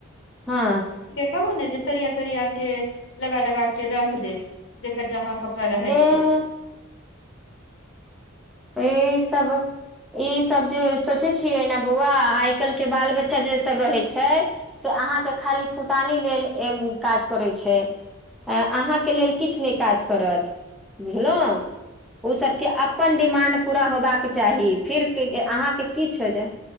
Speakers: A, in the centre; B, on the left.
A: हँ।
B: कहु ने जे सरिया सरियाके लगा लगाके रख देब जकर जहाँ कपरा। रहै
A: ए
B: छै, से
A: ई सभ। ई सभ जे सोचे छियै, ने बौआ आइ कलके बाल बच्चा जे सभ रहे छै। से अहाँकेँ खाली फुटानी लेल काज करैत छै। अहाँकेँ लेल किछु नहि काज करत बुझलहुँ। ओ सभके अपन डिमांड पूरा होबाक चाही फिर अहाँकेँ किछु हो जाय।